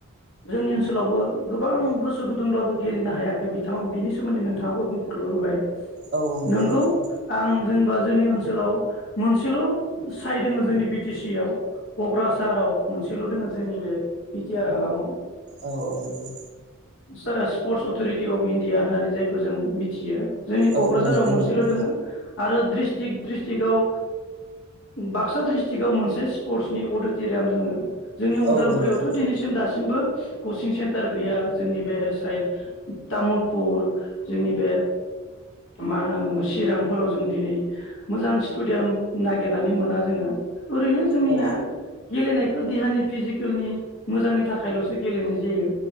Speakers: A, on the left (about 65°); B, on the right (about 55°).
A: जोंनि ओनसोलावबो गोबां गोसो गुदुंब्लाबो गेलेनो हायाखै बिथाङा बिनि सोमोन्दै नोंथाङाबो बुंफुरलु होबाय
B: औ नंगौ
A: नोंगौ
B: नोंथां
A: आं जेनेबा जोंनि ओनसोलाव मोनसेल' साइड दोङो जोंनि बि टि सि आव क'क्राझाराव मोनसेल' दोङो जोंनि बे बिटिआर हालामाव
B: औ औ नंगौ
A: जाया स्पर्टस अथ'रिटि अफ इण्डिया होननानै जायखौ जों मिथियो जोंनि क'क्राझाराव
B: औ औ नंगौ
A: मोनसेल'
B: नोंथां
A: दोङो आरो ड्रिस्टिक ड्रिस्टिकआव बाक्सा ड्रिस्टिकआव मोनसे स्पर्टसनि अडिट'रियाम दोङो जोंनि अदालगुरियावथ'
B: औ औ नंगौ नोंथां
A: दिनैसिम दासिमबो कचिं सेन्टार गैया जोंनि बे साइद तामुलपुर जोंनि बे मा होनना बुङो चिरांफोराव जों दिनै मोजां स्टुडियाम नागिरनानै मोना जोङो ओरैनो जोंनिया
B: औ
A: गेलेनाय देहानि फिजिकेलनि मोजांनि थाखायल'सो गेलेनाय जायो